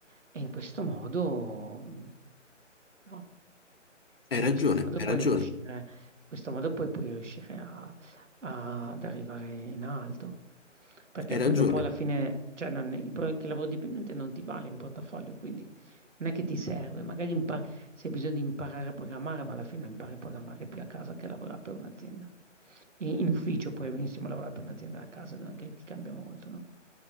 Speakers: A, on the right; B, on the left.
A: E in questo modo, mm, no,
B: Hai
A: in
B: ragione,
A: questo modo
B: hai
A: puoi
B: ragione,
A: riuscire, in questo modo poi puoi riuscire a- ad arrivare in alto. Perché
B: hai
A: poi
B: ragione.
A: dopo alla fine, cioè non, il pro- che il lavoro dipendente non ti vale in portafoglio, quindi non è che ti serve, magari impar- se hai bisogno di imparare a programmare, ma alla fine impari a programmare più a casa che a lavorare per un'azienda. In, in ufficio puoi benissimo lavorare per un'azienda a casa, non è che ti cambia molto, no?